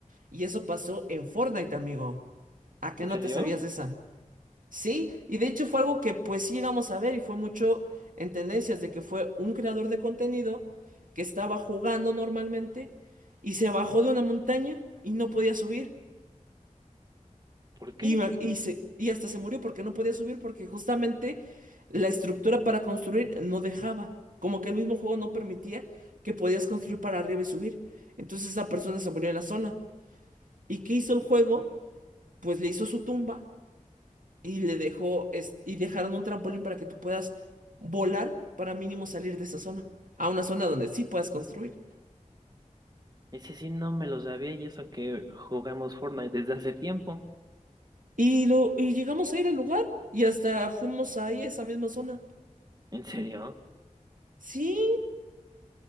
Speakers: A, on the right (about 85°); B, on the right (about 30°).
A: Y eso pasó en Fortnite, amigo. ¿A qué
B: ¿En
A: no
B: serio?
A: te sabías de esa? Sí, y de hecho fue algo que pues sí llegamos a ver y fue mucho en tendencias de que fue un creador de contenido que estaba jugando normalmente y se bajó de una montaña y no podía subir.
B: ¿Por qué?
A: Y, ma- y, se- y hasta se murió porque no podía subir porque justamente la estructura para construir no dejaba. Como que el mismo juego no permitía que podías construir para arriba y subir. Entonces esa persona se murió en la zona. ¿Y qué hizo el juego? Pues le hizo su tumba y le dejó es- y dejaron un trampolín para que tú puedas volar para mínimo salir de esa zona. A una zona donde sí puedas construir.
B: Ese sí no me lo sabía y eso que jugamos Fortnite desde hace tiempo.
A: Y lo, y llegamos a ir al lugar y hasta fuimos ahí a esa misma zona.
B: ¿En serio?
A: Sí.